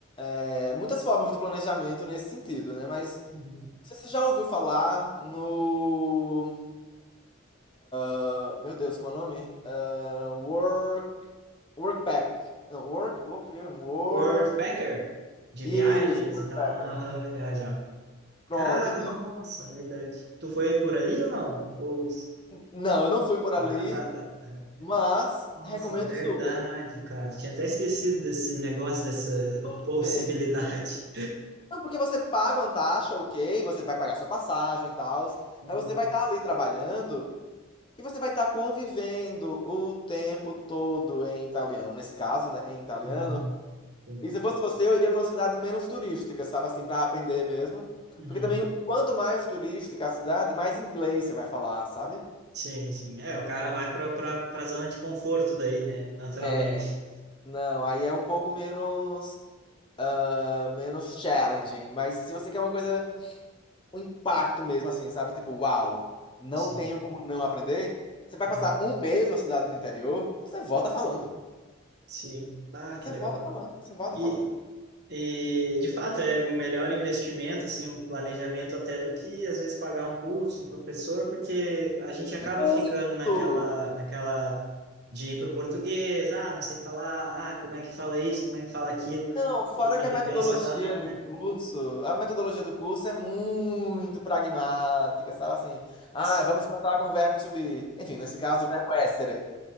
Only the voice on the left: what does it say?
é, muitas formas de planejamento nesse sentido, né? Mas
Não sei se você já ouviu falar no. ah, Meu Deus, como é o nome? Ah, work. Workpack. Não, work, work, work.
Isso,
Workpacker.
Pronto,
então.
Não, eu não fui por
ali,
mas
recomendo
super.
Super.
Não, porque você paga uma taxa, ok, você vai pagar sua passagem e tal,
mas você vai estar ali trabalhando e você vai estar convivendo o tempo todo em italiano. Nesse caso, né, em italiano.
E se fosse você, eu iria para uma cidade menos turística, sabe? Assim, para aprender mesmo.
Porque também, quanto mais turística a cidade, mais inglês você vai falar, sabe?
É, não, aí é um pouco menos, ah, menos challenging. Mas se você quer uma coisa, um impacto mesmo, assim, sabe? Tipo, uau, não
tenho como não aprender. Você vai
passar um mês na cidade do interior, você volta falando.
Você
volta falando, você volta
falando.
Muito!
Não, fora
que
a metodologia
do
curso, a metodologia do curso é muito pragmática, sabe assim? Ah,
vamos começar com o verbo to be. Enfim, nesse caso, o verbo essere,